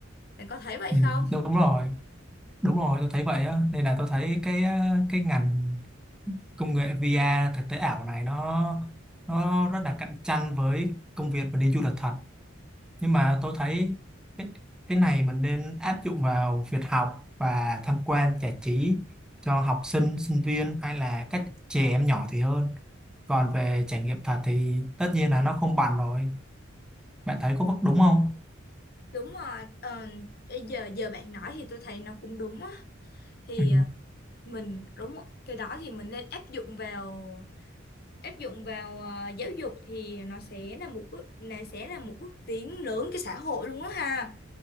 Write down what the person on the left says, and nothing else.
bạn có thấy vậy
không
Đúng rồi, ờ, cái giờ giờ bạn nói thì tôi thấy nó cũng đúng á. Thì
ờ, mình đúng rồi, cái đó thì mình nên áp dụng vào áp dụng vào ờ, giáo dục thì nó sẽ là một bước là sẽ là một bước tiến lớn cái xã hội luôn á ha.